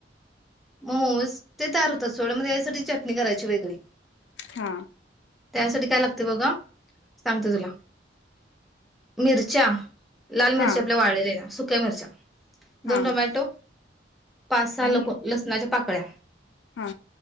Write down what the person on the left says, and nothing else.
हा
हा
हा
आणि
हा!